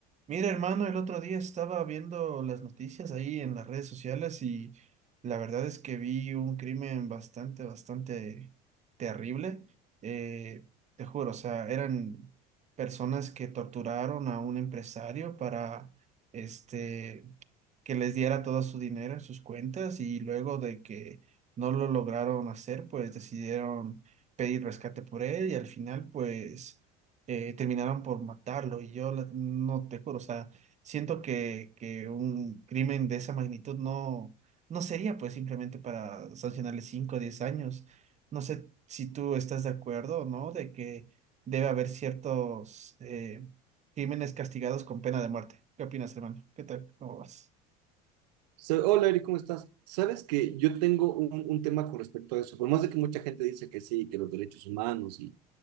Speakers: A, on the right; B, on the right.
A: Mira, hermano, el otro día estaba viendo las noticias ahí en las redes sociales y la verdad es que vi un crimen bastante, bastante terrible. Eh, te juro, o sea, eran personas que torturaron a un empresario para este que les diera todo su dinero en sus cuentas y luego de que no lo lograron hacer, pues decidieron pedir rescate por él y al final, pues eh, terminaron por matarlo y yo la- no te juro, o sea, siento que, que un crimen de esa magnitud no, no sería pues simplemente para sancionarle 5 o 10 años. No sé si tú estás de acuerdo o no de que debe haber ciertos eh, crímenes castigados con pena de muerte. ¿Qué opinas, hermano? ¿Qué tal? ¿Cómo vas?
B: So- Hola, Eri, ¿cómo estás? Sabes que yo tengo un, un tema con respecto a eso, por más de que mucha gente dice que sí, que los derechos humanos y,